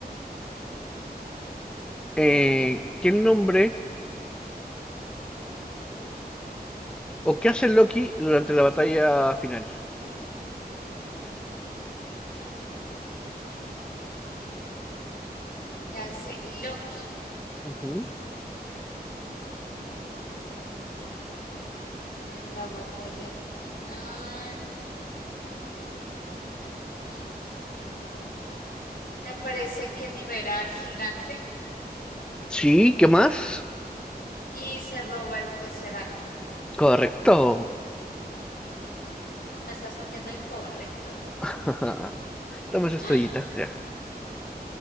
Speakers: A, in the centre; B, on the left (about 85°).
A: eh,
B: Eh,
A: ¿qué nombre o qué hace Loki durante la batalla final?
B: ¿qué hace Loki
A: Ujú.
B: en la batalla final? Mm, Me parece que libera al gigante
A: Sí, ¿qué más?
B: y se roba el tercer acto.
A: Correcto.
B: Me estás copiando el correcto.
A: <laughs> Dame esa estrellita,
B: <gasps>
A: ya.